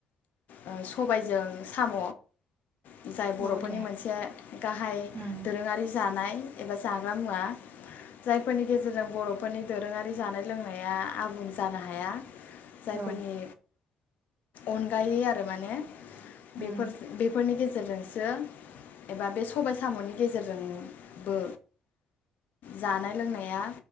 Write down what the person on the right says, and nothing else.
औ दे
उम
औ
उम